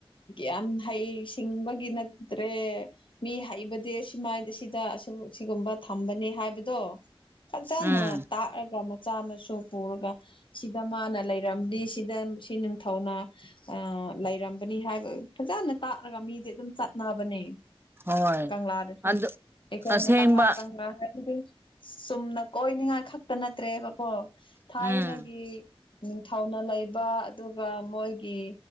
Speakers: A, on the left; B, on the right.
A: ꯌꯥꯝ ꯍꯩꯁꯤꯡꯕꯒꯤ ꯅꯠꯇ꯭ꯔꯦ ꯃꯤ ꯍꯩꯕꯗꯤ ꯁꯨꯃꯥꯏ ꯁꯤꯗ ꯑ ꯁꯤꯒꯨꯝꯕ ꯊꯝꯕꯅꯦ ꯍꯥꯏꯕꯗꯣ ꯐꯖꯅ
B: ꯎꯝ
A: ꯇꯥꯛꯑꯒ ꯃꯆꯥ ꯃꯁꯨ ꯄꯨꯔꯒ ꯁꯤꯗ ꯃꯥꯅ ꯂꯩꯔꯝꯗꯤ ꯁꯤꯗ ꯁꯤ ꯅꯤꯡꯊꯧꯅ ꯑ ꯂꯩꯔꯝꯕꯅꯤ ꯍꯥꯏꯕ ꯐꯖꯅ ꯇꯥꯛꯂꯒ ꯃꯤꯗꯤ ꯑꯗꯨꯝ ꯆꯠꯅꯕꯅꯦ
B: ꯍꯣꯏ
A: ꯀꯪꯂꯥꯗꯁꯨ
B: ꯑꯗꯨ
A: ꯑꯩꯈꯣꯏꯅ
B: ꯑꯁꯦꯡꯕ
A: ꯀꯪꯂꯥ ꯀꯪꯂꯥ ꯍꯥꯏꯕꯗꯤ ꯆꯨꯝꯅ ꯀꯣꯏꯅꯤꯡꯉꯥꯏ ꯈꯛꯇ ꯅꯠꯇ꯭ꯔꯦꯕꯀꯣ ꯊꯥꯏꯅꯒꯤ
B: ꯎꯝ
A: ꯅꯤꯡꯊꯧꯅ ꯂꯩꯕ ꯑꯗꯨꯒ ꯃꯣꯏꯒꯤ